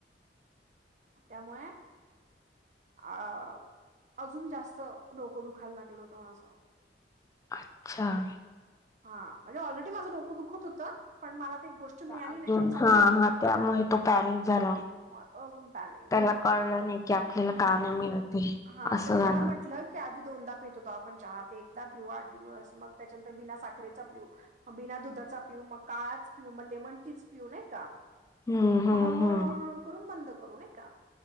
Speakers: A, on the right; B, on the left.
A: त्यामुळे- अ अजून जास्त डोकं दुखायला लागलं होतं माझं-
B: अच्छा-
A: हा म्हणजे ऑलरेडी माझं रोकं दुखत होतं पण मला ते एक गोष्ट- मिळाली
B: अजून
A: नाही ना चहा
B: हा हा त्यामुळे तो पॅनिक झाला.
A: वातावरण पॅनिक
B: त्याला
A: झाल,
B: कळलं नाही की आपल्याला
A: ह
B: का नाही मिळत हे
A: हा
B: असं
A: तर मी
B: झालं.
A: त्याला म्हटलं आधी दोनदा पितो आपण चहा ते एकदा पिऊू आठ दिवस मग त्याच्यानंतर बिना साखरेचा पिऊ मग बिना दुधाचा पिऊ मग काळाच पिऊ मग लेमनटीच पिऊ नाही का?
B: हम्म हम्म
A: मग हळूहळू
B: हम्म
A: करून बंद करू नाही का?